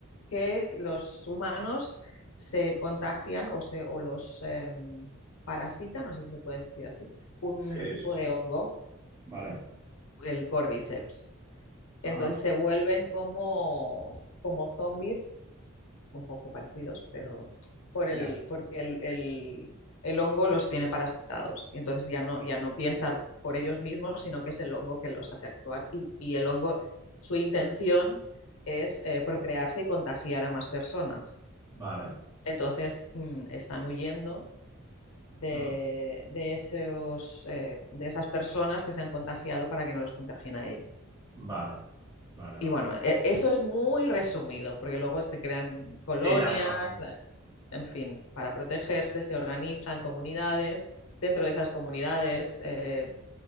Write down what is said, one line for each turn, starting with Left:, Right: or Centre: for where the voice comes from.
Left: que los humanos se contagian o, se, o los eh, parasitan, no sé si se puede decir así, un
Right: Sí,
Left: tipo
Right: sí, sí.
Left: de hongo,
Right: Vale.
Left: el cordyceps.
Right: Ajá.
Left: Entonces se vuelven como, como zombies, un poco parecidos, pero por el,
Right: Ya.
Left: porque el, el, el hongo los tiene parasitados. Y entonces ya no, ya no piensan por ellos mismos, sino que es el hongo que los hace actuar. Y, y el hongo, su intención es eh, procrearse y contagiar a más personas.
Right: Vale.
Left: Entonces, mm, están huyendo de,
Right: Ajá.
Left: de esos, eh, de esas personas que se han contagiado para que no los contagien a ellos.
Right: Vale. Vale,
Left: Y
Right: vale,
Left: bueno,
Right: vale.
Left: e- eso es muy resumido, porque luego se crean colonias,
Right: Sí, ya me imagino.
Left: la- en fin, para protegerse, se organizan comunidades. Dentro de esas comunidades eh,